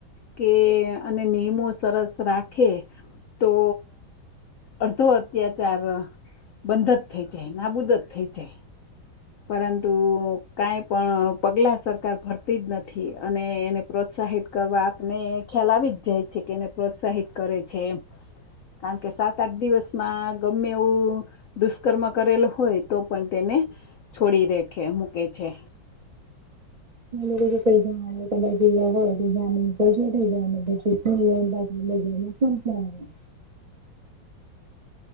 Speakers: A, on the left; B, on the right.
A: કે અને નિયમો સરસ રાખે તો. અડધો અત્યાચાર. બંધ જ થઈ જાય નાબૂદ જ થઈ છે પરંતુ. કાંઈ પણ પગલાં સરકાર ભરતી જ નથી અને એને પ્રોત્સાહિત કરવા આપને. ખ્યાલા આવી જાય છે કે એને પ્રોત્સાહિત કરે છે એ. કારણ કે સાત આઠ દિવસમાં ગમે એવું. દુષ્કર્મ કરેલો હોય તો પણ તેને છોડી રખે મૂકે છે.
B: કઈ ત જ હોય તો થઈને. હમ હમ.